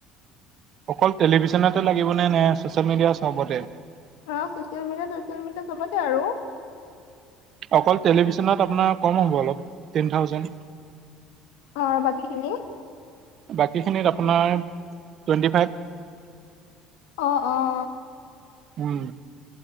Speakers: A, on the right; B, on the left.
A: অকল টেলিভিছনতে লাগিবনে, নে ছচিয়েল মিডিয়া চবতে?
B: অ' ছচিয়েল মিডিয়া, টছেল মিডিয়া চবতে আৰু।
A: অকল টেলিভিছনত আপোনাৰ কম হ'ব অলপ, টেন থাউজেণ্ড।
B: অ', বাকীখিনি?
A: বাকীখিনিত আপোনাৰ টুৱেণ্টি ফাইভ।
B: অ', অ'।
A: উম।